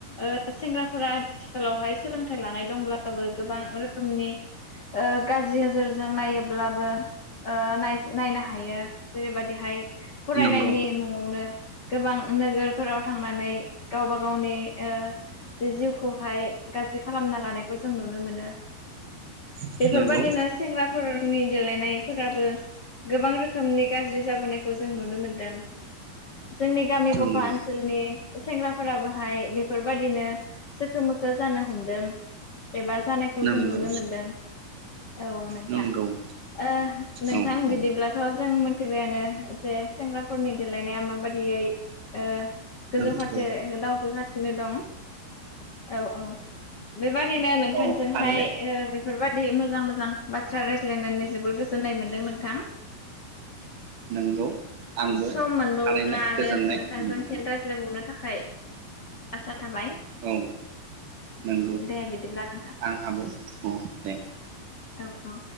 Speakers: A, on the left; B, on the right.
A: ओ सेंग्राफोरा आथिखालावहाय सोलोंथाइ लानाय दंब्लाबो गोबां रोखोमनि ओ गाज्रि नोजोरजों नायोब्लाबो ओ नाय नायनो ह हायो जेरैबादिहाय फरायनायनि
B: नंगौ
A: मुङावनो गोबां नोगोरफोराव थांनानै गावबा गावनि ओ जे जिउ खौहाय गाज्रि खालामना लानायखौ जों नुनो मोनो।
B: नंगौ
A: बेफोरबादिनो सेंग्राफोरनि देलायनाय फोराबो गोबां रोखोमनि गाज्रि जाबोनायखौ जों नुनो मोनदों। जोंनि गामि
B: नंगौ
A: गफा ओनसोलनि सेंग्राफोराबोहाय बेफोरबादिनो सोखो मोखो जानो हमदों एबा जानायखौ
B: नंगौ
A: जों नुनो मोनदों। औ नोंथां
B: नंगौ नंगौ
A: ओ नोंथां
B: औ औ
A: बिदि थ जों मोन जियानो जे सेंग्राफोरनि देलायनाया माबादियै ओ गोजौ
B: नंगौ
A: फारसे दावखो सिनोे दं। औ औ बेबादिनो नोंथांजोंहाय
B: औ थारैनो
A: ओ बेफोरबादि मो मोजां मोजां बाथ्रा रायज्लायनानै जोबोर गोजोननाय मोनदों नोंथां।
B: नंगौ आंबो
A: सम मोनबावोब्ला
B: थारैनो
A: आरो
B: गोजोननाय
A: नोंथांजों
B: मोनदों
A: फिन रायज्लायबावनो थाखाय आसा थाबाय
B: औ नोंगौ
A: दे बिदिब्ला नोंथां
B: आंहाबो औ दे।
A: औ औ।